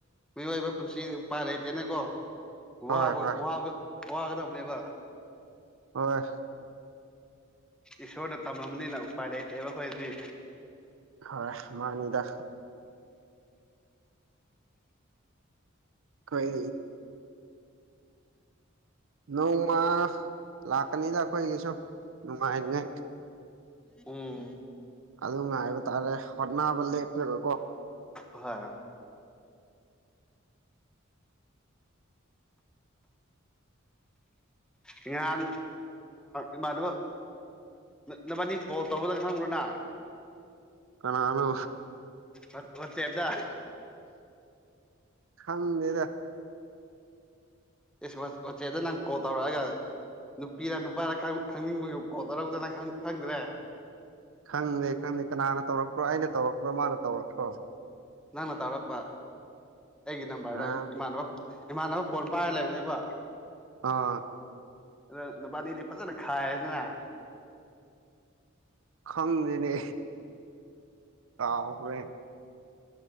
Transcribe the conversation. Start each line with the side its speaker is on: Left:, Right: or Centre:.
Centre: ꯃꯤꯑꯣꯏꯕ ꯄꯨꯟꯁꯤ ꯎꯄꯥꯏ ꯂꯩꯇꯦꯅꯦꯀꯣ ꯋꯥꯕ
Right: ꯍꯣꯏ ꯍꯣꯏ
Centre: ꯋꯥꯕ ꯋꯥꯒꯗꯕꯅꯦꯕ
Right: ꯍꯣꯏ
Centre: ꯏꯁꯣꯔꯗ ꯇꯝꯃꯕꯅꯤꯅ ꯎꯄꯥꯏ ꯂꯩꯇꯦꯕ ꯑꯩꯈꯣꯏꯗꯤ
Right: ꯍꯣꯏ ꯃꯥꯅꯤꯗ ꯀꯣꯏ ꯅꯣꯡꯃ ꯂꯥꯛꯀꯅꯤꯗ ꯑꯩꯈꯣꯏꯒꯤꯁꯨ ꯅꯨꯡꯉꯥꯏ ꯅꯤꯉꯥꯏ
Centre: ꯎꯝ
Right: ꯑꯗꯨꯝ ꯉꯥꯏꯕ ꯇꯥꯔꯦ ꯍꯣꯠꯅꯕ ꯂꯦꯞꯀꯅꯨꯀꯣ
Centre: ꯍꯣꯏꯍꯣꯏ ꯏꯍꯥꯟ ꯏꯃꯥꯟꯅꯕ ꯅꯕꯅꯤ ꯀꯣꯜ ꯇꯧꯕꯗ ꯈꯪꯕ꯭ꯔꯅꯪ
Right: ꯀꯅꯥꯅꯣ
Centre: ꯋꯥ ꯋꯥꯆꯦꯞꯇ
Right: ꯈꯪꯗꯦꯗ
Centre: ꯏꯁ ꯋꯥ ꯋꯥꯆꯦꯞꯇ ꯅꯪ ꯀꯣꯜ ꯇꯧꯔꯛꯑꯒ ꯅꯨꯄꯤꯔ ꯅꯨꯄꯥꯔ ꯈꯪ ꯈꯪꯅꯤꯡꯕꯒꯤ ꯀꯣꯜ ꯇꯧꯔꯛꯄꯗꯨ ꯅꯪ ꯈꯪꯗ꯭ꯔꯦ
Right: ꯈꯪꯗꯦ ꯈꯪꯗꯦ ꯀꯅꯥꯅ ꯇꯧꯔꯛꯄ꯭ꯔꯣ ꯑꯩꯅ ꯇꯧꯔꯛꯄ꯭ꯔꯣ ꯃꯥꯅ ꯇꯧꯔꯛꯄ꯭ꯔꯣ
Centre: ꯅꯪꯅ ꯇꯧꯔꯛꯄ ꯑꯩꯒꯤ ꯅꯝꯕꯔꯗ
Right: ꯑꯥ
Centre: ꯏꯃꯥꯟꯅꯕ ꯏꯃꯥꯟꯅꯕ ꯐꯣꯟ ꯄꯥꯏꯔ ꯂꯩꯕꯅꯦꯕ
Right: ꯑꯥ
Centre: ꯑꯗ ꯅꯨꯕꯥꯅꯤꯗꯤ ꯐꯖꯅ ꯈꯥꯏꯌꯦꯗꯅ
Right: ꯈꯪꯗꯦꯅꯦ ꯀꯥꯎꯈ꯭ꯔꯦ